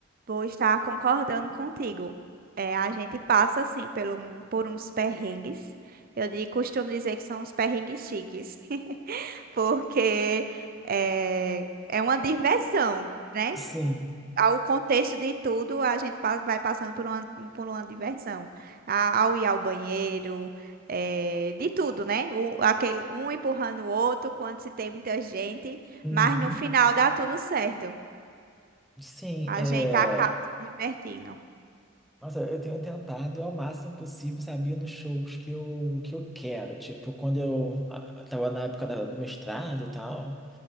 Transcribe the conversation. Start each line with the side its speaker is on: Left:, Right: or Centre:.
Right: vou estar concordando contigo. É, a gente passa assim por, um, por uns perrengues. Eu di- costumo dizer que são uns perrengues chiques, <laughs> porque é, é uma diversão. né?
Centre: Sim,
Right: ao contexto de tudo, a gente pa- vai passando por uma, por uma diversão. A- ao ir ao banheiro, eh, de tudo, né? O- aquele, um empurrando o outro quando se tem muita gente,
Centre: uhum.
Right: mas no final dá tudo certo.
Centre: Sim,
Right: A
Centre: é...
Right: gente acaba se divertindo.
Centre: Nossa, eu tenho tentado ao máximo possível, sabia, nos shows que eu, que eu quero. Tipo, quando eu ah, tava na época da- do mestrado e tal.